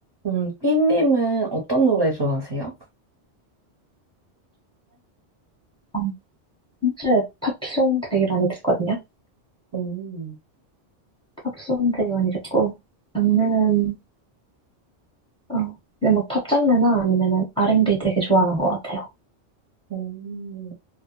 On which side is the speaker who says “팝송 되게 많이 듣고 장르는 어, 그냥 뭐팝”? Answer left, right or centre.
Centre